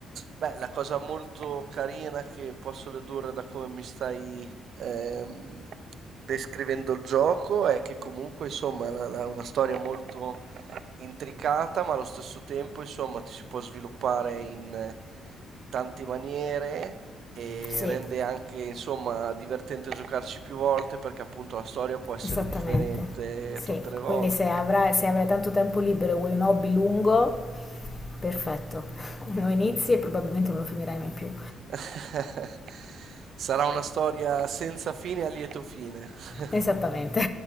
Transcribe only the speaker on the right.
Beh, la cosa molto carina che posso dedurre da come mi stai ehm, descrivendo il gioco è che comunque, insomma, la- la- è una storia molto intricata, ma allo stesso tempo, insomma, ti si può sviluppare in eh, tante maniere e
rende anche, insomma, divertente giocarci più volte perché appunto la storia può essere
differente
tutte le volte.
<laughs> Sarà una storia senza fine a lieto fine. <laughs>